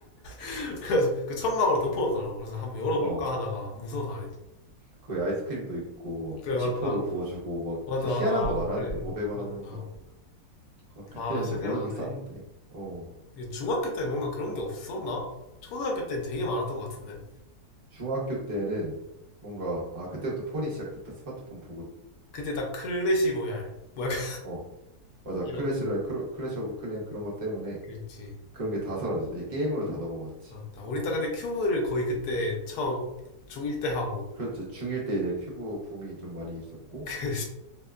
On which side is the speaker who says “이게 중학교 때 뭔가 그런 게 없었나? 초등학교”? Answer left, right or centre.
Left